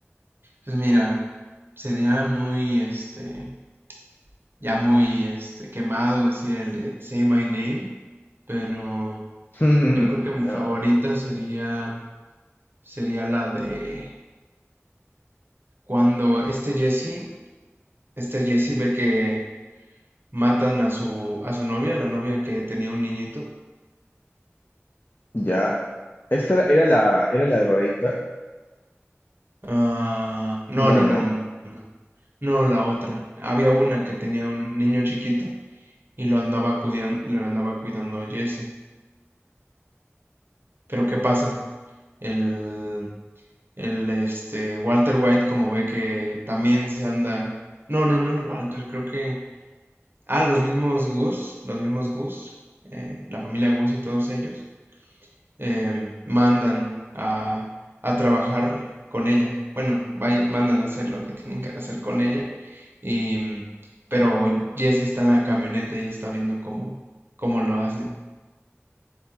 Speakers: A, on the right (about 50°); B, on the left (about 45°).
A: Pues mira, sería muy, este... ya muy este, quemado decir el de Say My Name, pero
B: <laughs>
A: yo creo que mi
B: Pero,
A: favorita sería, sería la de cuando este Jesse, este Jesse ve que matan a su, a su novia, la novia que tenía un niñito.
B: Ya. ¿Esta era era la, era la drogadicta?
A: Ah, no,
B: No,
A: no,
B: no.
A: no, no, no, no, la otra. Había una que tenía un niño chiquito y lo andaba cuidando, lo andaba cuidando Jesse. Pero ¿qué pasa? El, El este Walter White, como ve que también se anda. No, no, no el Walter, creo que. Ah, los mismos Goose, los mismos Goose, eh, la familia Goose y todos ellos, eh, mandan a, a trabajar con ella. Bueno, vayan- mandan a hacer lo que tienen que hacer con ella. Y, mm, pero Jesse está en la camioneta y está viendo cómo, cómo lo hacen.